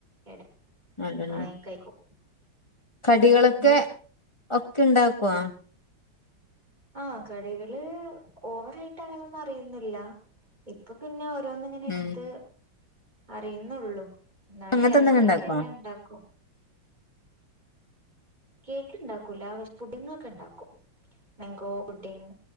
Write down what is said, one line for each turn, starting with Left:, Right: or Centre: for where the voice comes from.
Right: എട
Left: അതന്നെ
Right: വാങ്ങി കഴിക്കും
Left: കടികളൊക്കെ,
Right: ഇങ്ങള്
Left: ഒക്കെ ഉണ്ടാക്കുവോ
Right: ആഹ് കടികള് ഓവറായിട്ട് അങ്ങനെയൊന്നും അറിയുന്നില്ല. ഇപ്പൊ പിന്നെ ഓരോന്ന് ഇങ്ങനെ എടുത്ത്
Left: ഉം
Right: അറിയുന്നുള്ളു എന്നാലും
Left: അങ്ങനത്തെ
Right: ഏറെക്കുറെ
Left: എന്തെങ്കിലും ഇണ്ടാക്കോ
Right: ഒക്കെ എല്ലാം ഇണ്ടാക്കും കേക്ക് ഇണ്ടാക്കൂല പക്ഷെ പുഡ്ഡിംഗ് ഒക്കെ ഉണ്ടാക്കും. മെങ്കോ ബുഡിങ്,